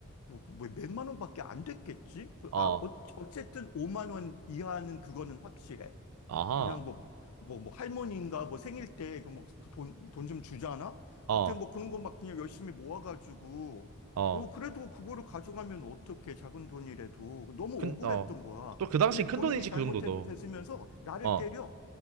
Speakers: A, on the left; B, on the right.
A: 뭐, 뭐 몇만 원밖에 안 됐겠지 그,
B: 어,
A: 아, 어, 어쨌든 5만 원 이하는 그거는 확실해
B: 아하,
A: 그냥 뭐, 뭐, 뭐 할머니인가 뭐 생일 때 그 뭐 돈, 돈 좀 주잖아?
B: 어,
A: 그때 뭐 그런 거 막 그냥 열심히 모아가지고,
B: 어.
A: 어, 그래도 그거를 가져가면 어떡해, 작은 돈이라도. 너무
B: 큰,
A: 억울했던
B: 어.
A: 거야.
B: 또 그 당시엔
A: 근데
B: 큰
A: 본인이
B: 돈이지,
A: 잘못했으면서
B: 그 정도도.
A: 나를
B: 어.
A: 때려.